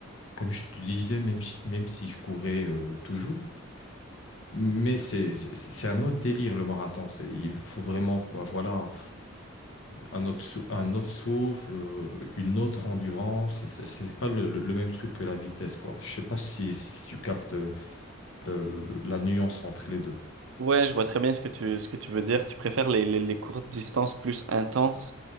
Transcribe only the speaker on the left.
comme je te disais, même si, même si je courais euh, toujours, mais c'est c'est c'est un autre délire le marathon. C'est, il faut vraiment, bah, voilà, un autre, sou- un autre souffle, euh, une autre endurance. C'est c'est pas le, le- le même truc que la vitesse, quoi. Je sais pas si, si, si tu captes euh, le- le- le- la nuance entre les deux.